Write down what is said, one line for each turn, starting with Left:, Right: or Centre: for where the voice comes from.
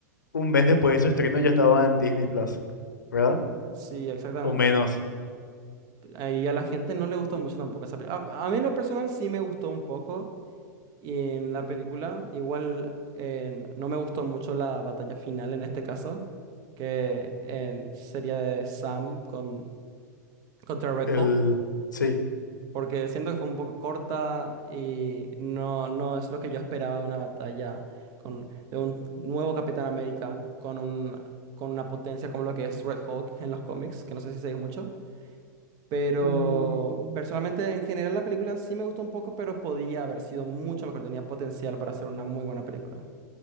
Left: un mes después de su estreno ya estaba en Disney Plus, ¿verdad?
Right: Sí, exactamente.
Left: O menos,
Right: y a la gente no le gustó mucho tampoco esa película. A, a mí en lo personal sí me gustó un poco en la película. Igual en- no me gustó mucho la batalla final en este caso, que en- sería de Sam con, contra Red
Left: el,
Right: Hulk,
Left: sí.
Right: porque siento que fue un poco corta y no, no es lo que yo esperaba de una batalla con, de un nuevo Capitán América con, un, con una potencia como lo que es Red Hulk en los cómics, que no sé si se dice mucho. Pero
Left: Mm,
Right: personalmente en general la película sí me gustó un poco, pero podía haber sido mucho mejor, tenía potencial para ser una muy buena película.